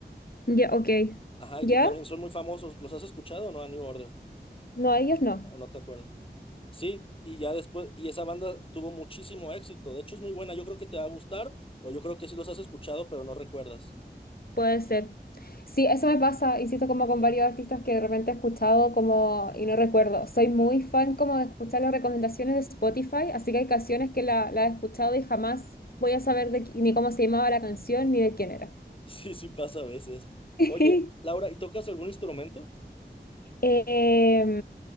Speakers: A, on the left; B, on the left.
A: ya, ok.
B: Ajá,
A: ¿Ya?
B: y que también son muy famosos. ¿Los has escuchado o no a New Order?
A: No, ellos no.
B: O o no te acuerdas. Sí, y ya después, y esa banda tuvo muchísimo éxito. De hecho, es muy buena. Yo creo que te va a gustar, o yo creo que sí los has escuchado, pero no recuerdas. <laughs>
A: Puede ser. Sí, eso me pasa, insisto, como con varios artistas que de repente he escuchado como y no recuerdo. Soy muy fan como de escuchar las recomendaciones de Spotify, así que hay canciones que la, la he escuchado y jamás voy a saber de, qui- ni cómo se llamaba la canción ni de quién era.
B: Sí, sí pasa a veces.
A: <laughs>
B: Oye, Laura, ¿y tocas algún instrumento?
A: Em,